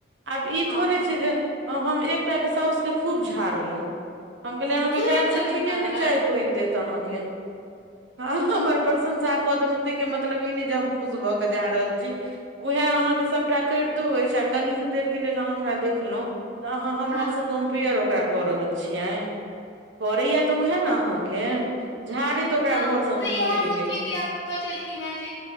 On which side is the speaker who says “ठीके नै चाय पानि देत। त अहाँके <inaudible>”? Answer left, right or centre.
Right